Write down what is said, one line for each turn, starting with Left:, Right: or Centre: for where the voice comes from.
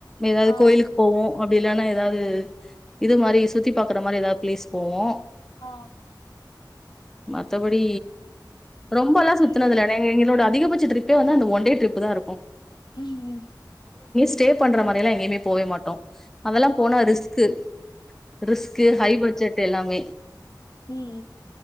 Centre: ஏதாவது
Left: ஆ
Centre: கோயிலுக்கு போவோ அப்படி இல்லன்னா ஏதாவது இது மாதிரி சுத்தி பார்க்குற மாதிரி ஏதாவது பிளேஸ் போவோ
Left: ஆ
Centre: மத்தபடி ரொம்பலா சுத்தினதுல
Left: ம்
Centre: எங்க எங்களோட அதிகபட்ச ட்ரிப்பே வந்து அந்த ஒன் டே ட்ரிப் தா இருக்கு
Left: உம் உம்
Centre: ஸ்டே பண்ற மாதிரி எல்லா எங்கயுமே போவே மாட்டோ அதெல்லா போனா
Left: ஆ
Centre: ரிஸ்க்கு ரிஸ்க்கு ஹை பட்ஜெட் எல்லாமே
Left: உம்